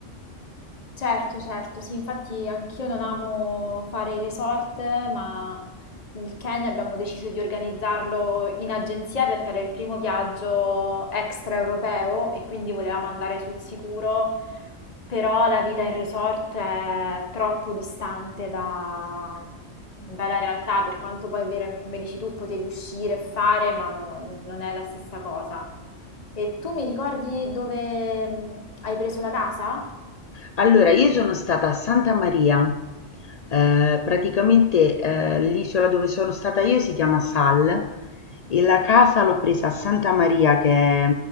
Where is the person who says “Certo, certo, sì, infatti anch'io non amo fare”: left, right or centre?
Left